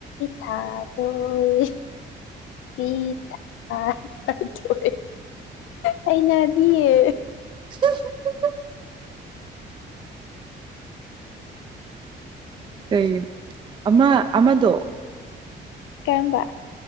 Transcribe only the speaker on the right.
<inaudible> ꯀꯩ ꯑꯃ ꯑꯃꯗꯣ